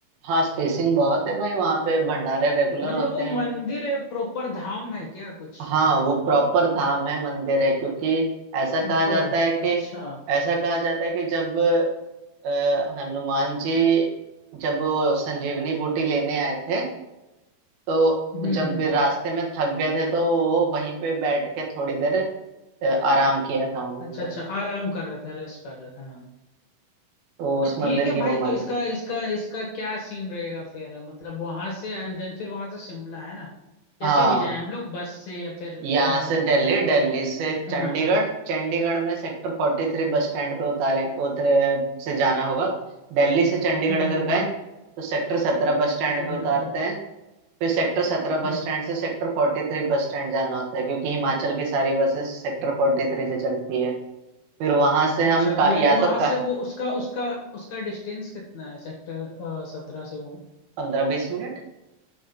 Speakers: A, on the right; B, on the left.
A: हाँ स्पेसिंग बहुत है भाई वहाँ पे भंडारे रेगुलर
B: मतलब
A: होते
B: वो
A: हैं
B: मंदिर है प्रॉपर धाम है क्या कुछ
A: हाँ वो प्रॉपर धाम है मंदिर है क्योंकि ऐसा कहा
B: ऊपर
A: जाता है कि
B: अच्छा
A: ऐसा कहा जाता है कि जब अ, हनुमान जी जब वो संजीवनी बूटी लेने आए थे तो
B: हम्म
A: जब
B: हम्म
A: भी
B: हम्म
A: रास्ते में थक गए थे तो वो वहीं पे बैठ के थोड़ी देर अ, आराम किया था उन्होंने
B: अच्छा अच्छा आराम कर रहा था रेस्ट कर रहा था हाँ
A: तो उस
B: तो
A: मंदिर
B: ठीक है
A: की
B: भाई
A: वो माने
B: तो इसका इसका इसका क्या सीन रहेगा फिर मतलब वहां से एंड देन फिर वहां से शिमला है ना
A: हाँ
B: कैसे भी जाए हम लोग बस से या फिर
A: यहाँ
B: अ,
A: से दिल्ली दिल्ली से
B: हाँ
A: चंडीगढ़
B: हाँ
A: चंडीगढ़ में सेक्टर फोर्टी थ्री बस स्टैंड पे उतारे उतरे से जाना होगा दिल्ली से चंडीगढ़
B: हम्म
A: अगर
B: हम्म
A: गए
B: हम्म
A: तो सेक्टर सत्रह बस स्टैंड
B: हम्म
A: पे
B: हम्म
A: उतारते
B: हम्म,
A: हैं फिर सेक्टर सत्रह
B: हम्म।
A: बस स्टैंड से सेक्टर फोर्टी थ्री बस स्टैंड जाना होता है क्योंकि हिमाचल की सारी बसेस सेक्टर फोर्टी थ्री से चलती है फिर वहां से
B: अच्छा
A: हम का,
B: तो लाइक
A: या
B: वहां
A: तो का
B: से वो उसका उसका उसका डिस्टेंस कितना है सेक्टर सत्रह से वो
A: पंद्रह बीस मिनट